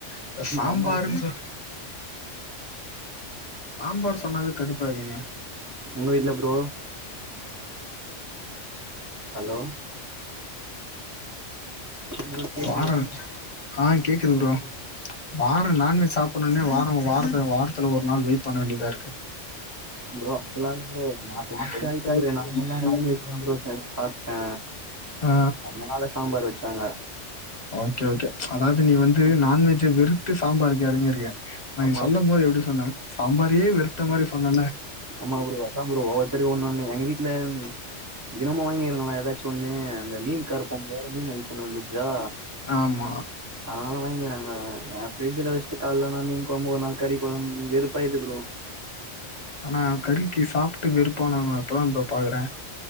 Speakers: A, on the left; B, on the right.
A: இப்ப சாம்பாருன்
B: ஆமா ப்ரோ
A: சொ சாம்பார் சொன்னாவே கடுப்பாய்ருவீங்க
B: உங்க வீட்ல ப்ரோ ஹலோ ப்ரோ கேக்குதா
A: வாரொ ஆ கேக்குது ப்ரோ வாரோ நான்வெஜ் சாப் புனுனே வாரோ வாரத் வாரத்துல ஒர் நாள் வெயிட் பண்ண வேண்டிதாருக்கு
B: ப்ரோ அப்பிலா இல்ல ப்ரோ நா நென்ச்சா
A: டென்த்
B: இப்ப
A: ஆயிட்டே
B: கூட நாங்கல்லா
A: ப்ரோ
B: நான்வெஜ்ஜு தா ப்ரோ ச சாப்ட்டே
A: ஆ
B: என்னனால சாம்பார் வச்சாங்க
A: ஓகே ஓகே அதாவ்து நீ வந்து நான்வெஜ்ஜ வெறுத்து சாம்பாருக்கு எறங்கிருக்க ஆனா
B: ஆமா
A: நீ சொல்லம்போது எப்டி சொன்ன சாம்பாரே வெறுத்த மாரி சொன்னல
B: அம்மா ப்ரோ அதா ப்ரோ ஒவ்வொருத்தருக்கு ஒன்னொன்னு எங்க வீட்ல தினமு வாங்கிறாங்களா எதாச்சு ஒன்னு அந்த மீன் கார பொம்பள வேற மீன வித்துனு வந்துச்சா
A: ஆம்மா
B: அதனால வாங்கிறாங்க எ ஃப்ரிட்ஜுல வச்ட்டு கால்லானா மீன் கொழம்பு ஒரு நாள் கறி கொழம்பு வெறுப்பாய்து ப்ரோ
A: ஆனா கறிக்கி சாப்ட்டு வெறுப்பானோங்க இப்பதா ப்ரோ பாக்குறே